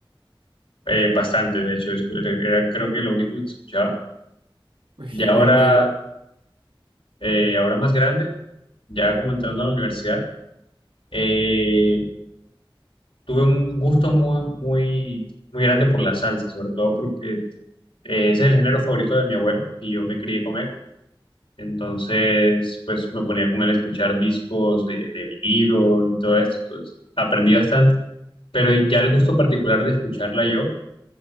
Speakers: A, on the left; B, on the right.
A: Eh, bastante, de hecho, escu- era, era creo que lo único que escuchaba.
B: uy,
A: Y ahora,
B: yo, yo
A: eh, ahora más grande, ya como entrando a la universidad, eh, tuve un gusto muy, muy, muy grande por la salsa, sobre todo porque eh, ese es el género favorito de mi abuelo y yo me crié con él. Entonces, pues me ponía con él a escuchar discos de, de vinilo y todo esto. Entonces, aprendí bastante, pero ya el gusto particular de escucharla yo